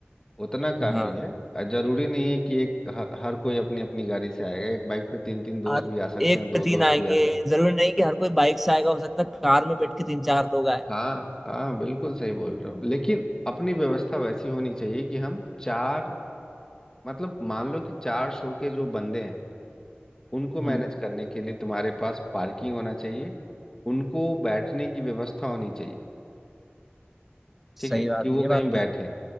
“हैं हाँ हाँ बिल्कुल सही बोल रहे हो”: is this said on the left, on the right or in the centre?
Left